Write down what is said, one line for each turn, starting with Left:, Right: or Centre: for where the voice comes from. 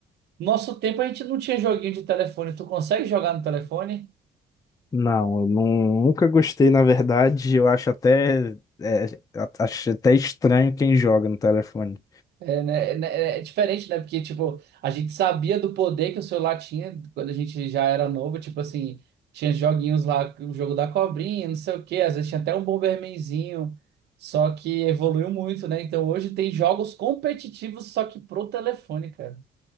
Right: nosso tempo a gente não tinha joguinho de telefone. Tu consegue jogar no telefone?
Left: Não, eu não, nunca gostei, na verdade. Eu acho até, é, a- acho até estranho quem joga no telefone.
Right: É, né, é, né, é diferente, né? Porque, tipo, a gente sabia do poder que o celular tinha quando a gente já era novo. Tipo assim, tinha joguinhos lá, o jogo da cobrinha, não sei o quê. Às vezes tinha até um Bombermanzinho. Só que evoluiu muito, né? Então hoje tem jogos competitivos, só que pro telefone, cara.